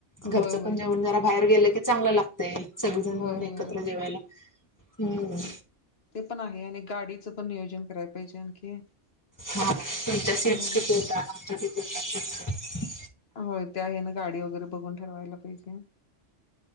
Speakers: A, on the left (about 15°); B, on the left (about 55°).
A: घरचं
B: होय होय
A: पण जेवण जरा बाहेर गेलं की, चांगलं लागत ते सगळीजण
B: होय
A: मिळून
B: होय
A: एकत्र जेवायला. हम्म.
B: ते ते पण आहे आणि गाडीचं पण नियोजन. करायला पाहिजे आणखी
A: हा तुमच्या सीट्स
B: हो
A: किती होतात आमच्या सीट्स किती होतात?
B: होय त्या ह्यानं गाडी वगैरे बघून ठरवायला पाहिजे.